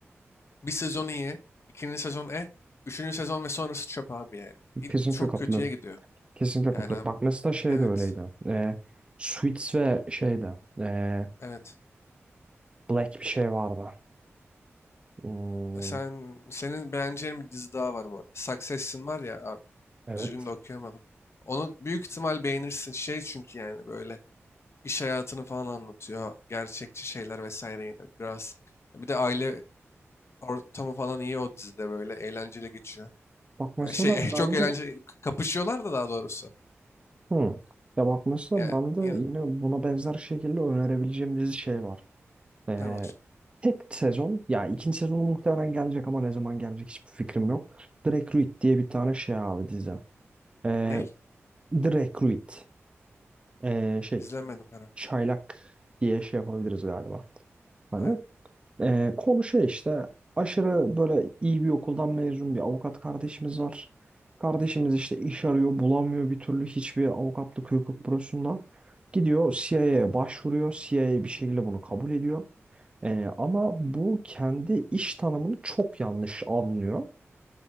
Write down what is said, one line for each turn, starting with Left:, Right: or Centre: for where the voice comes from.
Left: bir sezon iyi, ikinci sezon eh, üçüncü sezon ve sonrası çöp abi yani. İlk
Right: Kesinlikle
Left: çok
Right: katılıyorum.
Left: kötüye gidiyor.
Right: Kesinlikle
Left: Yani
Right: katılıyorum.
Left: abi,
Right: Bak mesela şey
Left: evet,
Right: de öyleydi. Ee, Suits ve şey de ee,
Left: evet.
Right: Black bir şey vardı. Hmm,
Left: E Sen senin beğeneceğin bir dizi daha var bu arada. Succession var ya abi.
Right: evet.
Left: Düzgün de okuyamadım. Onu büyük ihtimal beğenirsin. Şey çünkü yani böyle iş hayatını falan anlatıyor. Gerçekçi şeyler vesaire yine biraz. Bir de aile ortamı falan iyi o dizide böyle eğlenceli geçiyor.
Right: Bak mesela
Left: E, Şey <laughs>
Right: ben
Left: çok eğlenceli
Right: de
Left: k- kapışıyorlar da daha doğrusu.
Right: hı. Ya bak mesela
Left: Yani
Right: ben de
Left: yine-
Right: yine buna benzer şekilde önerebileceğim dizi şey var. Ee,
Left: ne var?
Right: tek sezon ya ikinci sezonu muhtemelen gelecek ama ne zaman gelecek hiçbir fikrim yok. Drake Reed diye bir tane şey abi dizi. Ee,
Left: Ney?
Right: The Recruit. Ee, şey
Left: İzlemedim herhalde.
Right: çaylak diye şey yapabiliriz galiba. Hani
Left: Aynen.
Right: e, konu şey işte aşırı böyle iyi bir okuldan mezun bir avukat kardeşimiz var. Kardeşimiz işte iş arıyor bulamıyor bir türlü hiçbir avukatlık hukuk bürosunda. Gidiyor CIA'ya başvuruyor. CIA bir şekilde bunu kabul ediyor. E, ama bu kendi iş tanımını çok yanlış anlıyor.